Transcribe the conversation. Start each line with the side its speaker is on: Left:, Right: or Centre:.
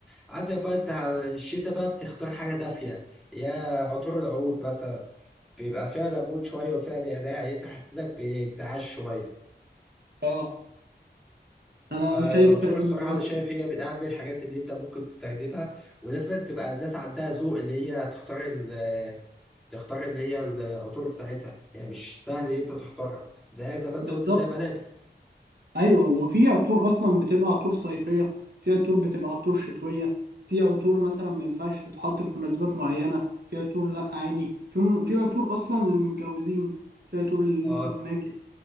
Centre: عندك بقى انت على الشتاء بقى بتختار حاجة دافية يا عطور العود مثلا بيبقى فيها ليمون شوية وفيها نعناع يعني انت حسيتك بانتعاش شوية
Right: اه انا
Centre: فالعطور
Right: شايف فعلا
Centre: الصراحة
Right: ان هو
Centre: أنا شايف
Right: كده
Centre: هي من أهم الحاجات اللي أنت ممكن تستخدمها ولازم تبقى الناس عندها ذوق اللي هي تختار ال... تختار اللي هي العطور بتاعتها يعني مش سهل إن أنت تختارها زي زي ما أنت
Right: بالظبط
Centre: قلت زي ملابس
Right: ايوه وفي عطور اصلا بتبقى عطور صيفيه في عطور بتبقى عطور شتويه في عطور مثلا ما ينفعش تتحط في مناسبات معينه في عطور لا عادي في في عطور اصلا للمتجوزين في عطور اللي
Centre: اه
Right: لسه سناجب